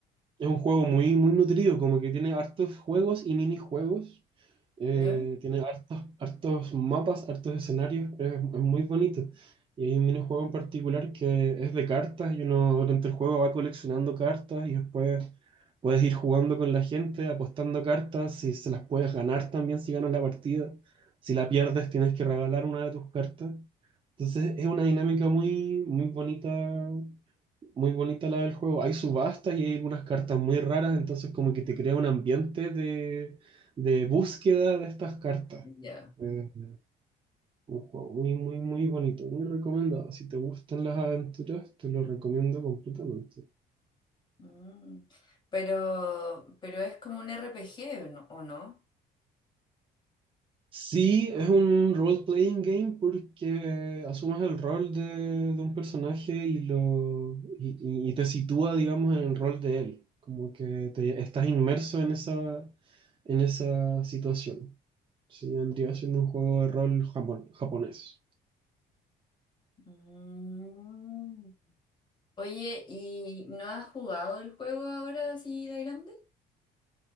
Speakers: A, on the right; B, on the left.
A: Es un juego muy, muy nutrido, como que tiene hartos juegos y minijuegos. eh,
B: ¿Ya?
A: tiene hartos, hartos mapas, hartos escenarios. Es, es muy bonito. Y hay un minijuego en particular que es de cartas y uno durante el juego va coleccionando cartas y después puedes ir jugando con la gente, apostando cartas, si se las puedes ganar también si ganas la partida. Si la pierdes tienes que regalar una de tus cartas. Entonces es una dinámica muy, muy bonita muy bonita la del juego. Hay subastas y hay algunas cartas muy raras, entonces como que te crea un ambiente de, de búsqueda de estas cartas.
B: Ya.
A: Eh, un juego muy, muy, muy bonito, muy recomendado. Si te gustan las aventuras, te lo recomiendo completamente.
B: Mm. Pero, pero es como un RPG, ¿no? ¿O no?
A: Sí, es un role-playing game porque asumes el rol de, de un personaje y, lo, y, y- y te sitúa, digamos, en el rol de él. Como que te, estás inmerso en esa, en esa situación. Sí, vendría siendo un juego de rol japon- japonés.
B: Mm. Oye, ¿y no has jugado el juego ahora así de grande?